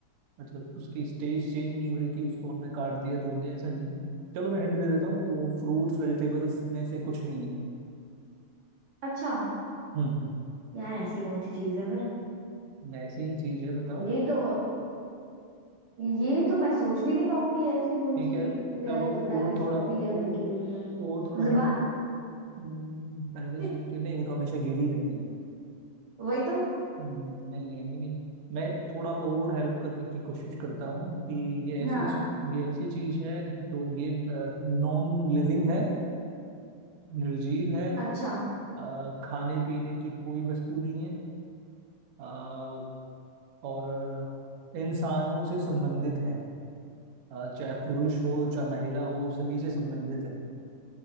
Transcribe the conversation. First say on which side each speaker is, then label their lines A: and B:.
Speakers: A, on the right; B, on the right.
A: मतलब उसकी स्टेज चेंज नहीं हो रही कि उसको हमने काट दिया तोड़ दिया ऐसा नहीं है चलो मैं हिंट दे देता हूँ वो फ्रूट्स वेजिटेबल्स में से कुछ नहीं है
B: अच्छा
A: हम्म
B: यार ऐसी कौन सी चीज है फिर
A: ऐसी ही चीज है बताओ
B: ये तो ये तो मैं सोच भी नहीं पाऊंगी ऐसी कौन
A: ठीक
B: सी
A: है
B: चीज है
A: चलो
B: जो पहले
A: और
B: सूखती
A: थोड़ा
B: है
A: ओ,
B: फिर गीली हो जाती
A: और थोड़ा
B: जुबान
A: हिंट हम्म, पहले
B: <laughs>
A: सूखती नहीं वो तो हमेशा गीली रहती है
B: वही तो
A: हम्म, नहीं नहीं नहीं नहीं मैं थोड़ा और हेल्प करने की कोशिश करता हूँ कि ये ऐसी
B: हाँ
A: ये ऐसी चीज है तो ये नॉन लिविंग है निर्जीव है
B: अच्छा
A: अ, खाने पीने की कोई वस्तु नहीं है अ, और इंसानों से संबंधित है अ, चाहे पुरुष हो चाहे महिला हो सभी से संबंधित है